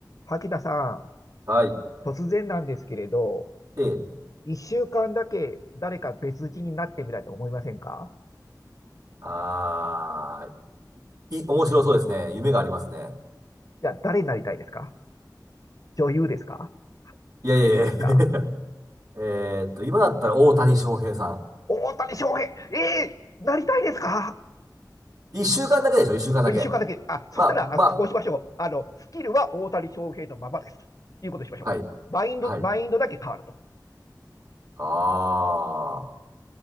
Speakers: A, on the left (about 50°); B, on the right (about 55°).
A: 柿田さん、
B: はい。
A: 突然なんですけれど、
B: で、
A: 一週間だけ誰か別人になってみたいと思いませんか
B: あー、い、面白そうですね。夢がありますね。
A: じゃあ誰になりたいですか女優ですか
B: いやいやいや
A: 俳優ですか
B: <laughs> えーっと、今だったら大谷翔平さん。
A: 大谷翔平ええなりたいですか
B: 一週間だけでしょ一週間だけ。
A: 一週間だけ。あ、そしたら、
B: まあ、ま
A: あ、こうしましょう。あの、スキルは大谷翔平のままです。ということにしましょうか。
B: あ、はい。
A: マインド、
B: はい。
A: マインドだけ変わると。
B: あ